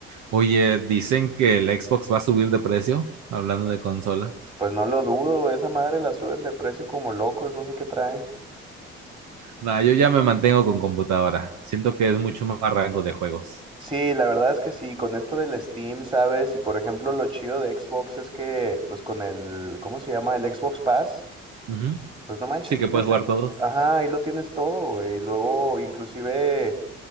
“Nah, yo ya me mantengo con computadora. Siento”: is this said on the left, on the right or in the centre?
Right